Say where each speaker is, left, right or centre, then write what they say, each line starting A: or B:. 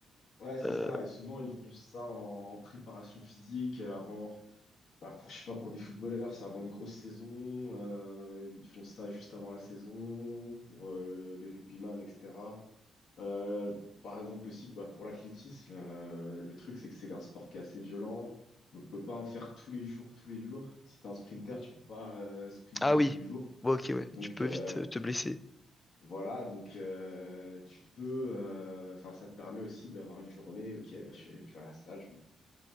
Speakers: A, on the left (about 60°); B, on the left (about 15°).
A: Ouais, c'est
B: Euh,
A: ça. Et souvent, ils font ça en, en préparation physique euh, avant. bah, pour, je sais pas, pour des footballeurs, c'est avant une grosse saison. euh, ils font ça juste avant la saison, pour euh, les rugbyman, etc. Euh, par exemple aussi bah, pour l'athlétisme, euh, le truc c'est que c'est un sport qui est assez violent, donc on peut pas en faire tous les jours, tous les jours. Si t'es un sprinter, tu peux pas euh, sprinter
B: ah oui.
A: tous les jours.
B: Ouais, ok, ouais.
A: Donc
B: Tu peux
A: euh,
B: vite euh, te blesser.
A: voilà, donc euh, tu peux, euh, enfin ça te permet aussi d'avoir une journée, ok, bah, je, je vais à la salle, je, me-